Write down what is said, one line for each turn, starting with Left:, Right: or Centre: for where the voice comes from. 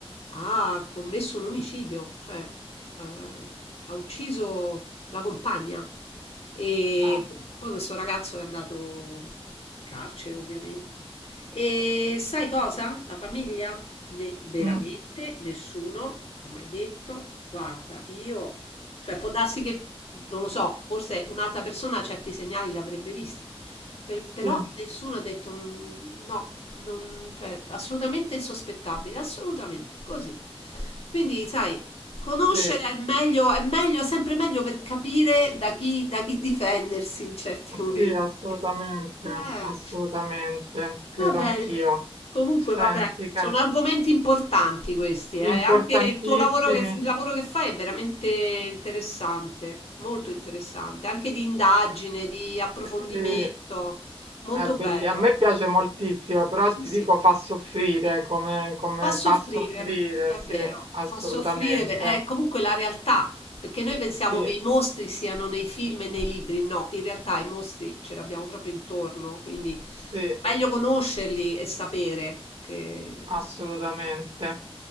Left: ha commesso un omicidio, cioè eh, ha ucciso la compagna. E
Right: Ah.
Left: poi questo ragazzo è andato in carcere, ovviamente. E sai cosa? La famiglia? Ne- veramente
Right: Mh,
Left: nessuno ha mai detto, guarda, io, cioè può darsi che, non lo so, forse un'altra persona certi segnali li avrebbe visti, Per- però
Right: sì,
Left: nessuno ha detto "Mm, no, non- cioè, assolutamente insospettabile, assolutamente, così. Quindi, sai, conoscere
Right: sì.
Left: è meglio, è meglio, sempre meglio per capire da chi, da chi difendersi in certi
Right: Sì,
Left: momenti.
Right: assolutamente,
Left: Eh.
Right: assolutamente, credo
Left: Va bene,
Right: anch'io.
Left: comunque
Right: Senti,
Left: vabbè,
Right: cara,
Left: sono argomenti importanti questi, eh.
Right: importantissimi.
Left: Anche il tuo lavoro che, il lavoro che fai è veramente interessante, molto interessante, anche di indagine, di approfondimento,
Right: Sì,
Left: molto
Right: è belli-
Left: bello.
Right: a me piace moltissimo, però
Left: Sì,
Right: ti
Left: sì,
Right: dico fa soffrire, come, come
Left: fa soffrire,
Right: fa soffrire,
Left: è
Right: sì,
Left: vero,
Right: assolutamente.
Left: fa soffrire, per- è comunque la realtà, perché noi pensiamo
Right: Sì,
Left: che i mostri siano nei film e nei libri, no, in realtà i mostri ce li abbiamo proprio intorno, quindi
Right: sì,
Left: meglio conoscerli e sapere che...
Right: assolutamente.